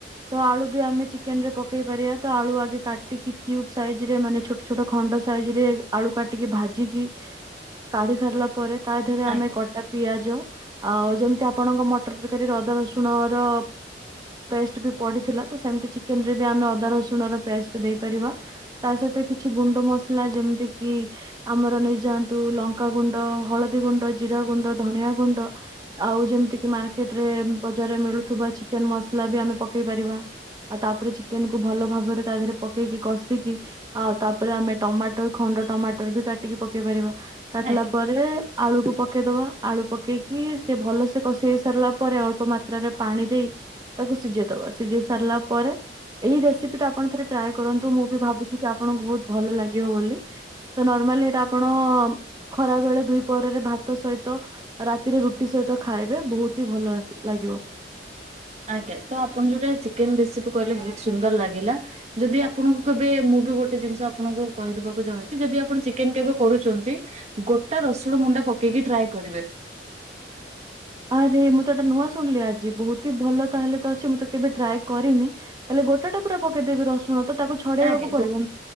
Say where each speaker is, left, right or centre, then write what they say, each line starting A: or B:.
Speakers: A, on the right; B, on the right.
A: ତ ଆଳୁ ବି ଆମେ ଚିକେନ ରେ ପକେଇ ପାରିବା ତ ଆଳୁ ଆଗେ କାଟିକି କ୍ୟୁବ ସାଇଜ ରେ ମାନେ ଛୋ ଛୋଟ ଖଣ୍ଡ ସାଇଜ ରେ ଆଳୁ କାଟିକି ଭାଜିକି କାଢି ସାରିଲା ପରେ ତା ଦେହରେ ଆମେ
B: ଆଜ୍ଞା।
A: କଟା ପିଆଜ ଆଉ ଯେମିତି ଆପଣଙ୍କ ମଟର ତରକାରୀ ଅଦା ରସୁଣ ର ପେଷ୍ଟ ବି ପଡିଥିଲା ତ ସେମତି ଚିକେନ ରେ ବି ଆମେ ଅଦା ରସୁଣ ର ପେଷ୍ଟ ଦେଇପାରିବା। ତା ସହିତ କିଛି ଗୁଣ୍ଡ ମସଲା ଯେମିତି କି ଆମର ନେଇଯାଆନ୍ତୁ ଲଙ୍କା ଗୁଣ୍ଡ ହଳଦୀ ଗୁଣ୍ଡ ଜିରା ଗୁଣ୍ଡ, ଧନିଆ ଗୁଣ୍ଡ ଆଉ ଯେମତି କି ମାର୍କେଟରେ ବଜାରରେ ମିଳୁଥିବା ଚିକେନ୍ ମସଲା ବି ଆମେ ପକେଇ ପାରିବା। ଆଉ ତାପରେ ଚିକେନ୍ କୁୁ ଭଲ ଭାବରେ ତା ଦେହରେ ପକେଇକି କଷିକି ଆଉ ତାପରେ ଆମେ ଟମାଟର ଖଣ୍ଡ ଟମାଟର ବି କାଟିକି ପକେଇ ପାରିବା କାଟିଲା
B: ଆଜ୍ଞା ଆଜ୍ଞା।
A: ପରେ ଆଳୁକୁ ପକେଇଦବା ଆଳୁ ପକେଇକି ସେ ଭଲ ସେ କସି ହେଇସାରିଲା ପରେ ଅଳ୍ପ ମା ତ୍ରା ରେ ପାଣି ଦେଇ ତାକୁ ସିଝେଇ ଦବା ସିଝେଇ ସାରିଲା ପରେ ଏହି ରେସିପି ଟା ଆପଣ ଥରେ ଟ୍ରାଏ କରନ୍ତୁ ମୁଁ ବି ଭାବୁଛି କି ଆପଣଙ୍କୁ ବହୁତ ଭଲ ଲାଗିବ ବୋଲି। ତ ନର୍ମାଲି ଏଇଟା ଆପଣ ଖରା ବେଳେ ଦୁଇ ପହର ରେ ଭାତ ସହିତ ରାତିରେ ରୁଟି ସହିତ ଖାଇବେ ବହୁତ୍ ହି ଭଲ ଆସି ଲାଗିବ।
B: ଆଜ୍ଞା ତ ଆପଣ ଯୋଉଟା ଚିକେନ ରେସିପି କହିଲେ ବହୁତ ସୁନ୍ଦର ଲାଗିଲା। ଯଦି ଆପଣଙ୍କୁ କେବେ ମୁଁ ବି ଗୋଟେ ଜିନିଷ ଆପଣଙ୍କୁ କହିଦବାକୁ ଚାହୁଁଛି ଯଦି ଆପଣ ଚିକେନ କେବେ କରୁଚନ୍ତି ଗୋଟା ରସୁଣ ମୁଣ୍ଡା ପକେଇକି ଟ୍ରାଏ କରିବେ।
A: ଆରେ ମୁଁ ତ ଏଟା ନୂଆ ଶୁଣିଲି ଆଜି ବହୁତ ହି ଭଲ ତାହେଲେ ତ ଅଛି ମୁଁ ତ କେବେ ଟ୍ରାଏ କରିନି। ତା ହେଲେ ଗୋଟା ଟା ପୁରା ପକେଇଦେବି ରସୁଣ ତ ତାକୁ ଛଡେଇବାକୁ
B: ଆଜ୍ଞା
A: ପଡିବନି।
B: ଗୋ